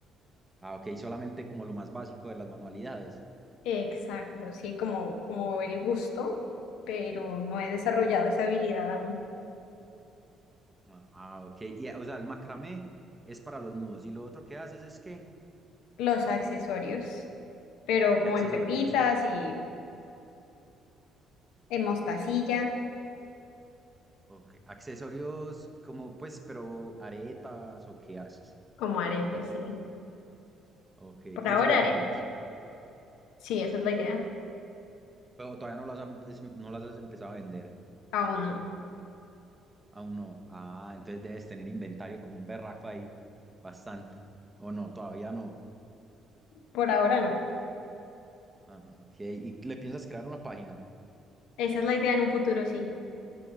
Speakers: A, on the right; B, on the left.
A: Ah, ok, solamente como lo más básico de las manualidades.
B: Exacto, sí, como, como el gusto, pero no he desarrollado esa habilidad aún.
A: Ah, ok. Y, o sea, el macramé es para los nudos. Y lo otro que haces es qué?
B: Los accesorios, pero
A: ¿Y qué
B: como
A: accesorios?
B: en pepitas y en mostacilla,
A: Ok. Accesorios como, pues, pero aretas o qué haces.
B: como aretes, sí.
A: Ok. Y
B: Por ahora
A: eso lo vendes.
B: aretes, sí, esa es la idea.
A: Pero todavía no lo has, em- es- no las has empezado a vender.
B: Aún no.
A: Aún no. Ah, entonces debes tener inventario como un berraco ahí. Bastante. O no, todavía no.
B: Por ahora no.
A: Ah, ok. ¿Y le piensas crear una página?
B: Esa es la idea en un futuro, sí.